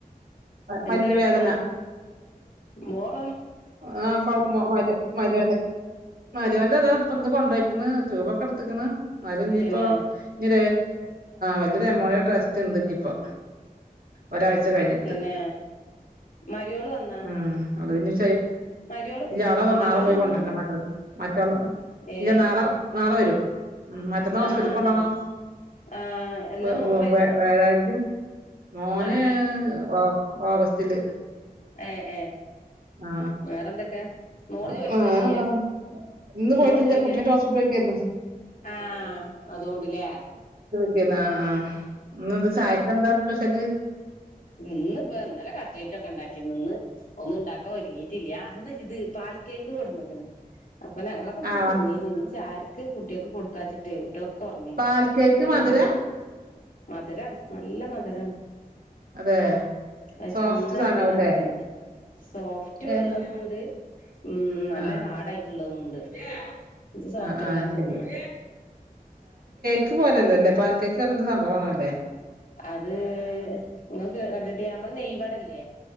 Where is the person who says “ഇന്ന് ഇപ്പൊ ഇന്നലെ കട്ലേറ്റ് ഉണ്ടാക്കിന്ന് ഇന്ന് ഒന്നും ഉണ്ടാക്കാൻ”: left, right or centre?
Left